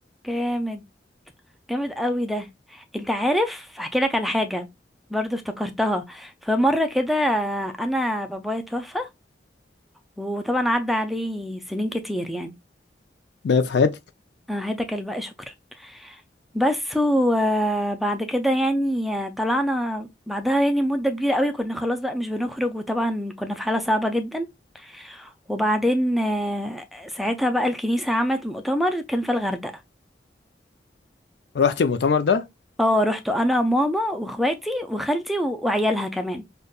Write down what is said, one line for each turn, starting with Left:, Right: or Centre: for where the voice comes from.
Centre: جامد جامد قوي ده انت عارف احكي لك على حاجه برضو افتكرتها فمره كده انا بابايا توفى وطبعا عدى عليه سنين كتير يعني
Left: بقى في حياتك
Centre: أنا هداك الباقي شكرا بس وبعد كده يعني آه، طلعنا بعدها يعني مدة كبيرة قوي كنا خلاص بقى مش بنخرج وطبعا كنا في حالة صعبة جدا وبعدين آه، ساعتها بقى الكنيسة عملت مؤتمر كان في الغردقة
Left: رحت المؤتمر ده
Centre: اه رحت انا ماما واخواتي وخالتي و- وعيالها كمان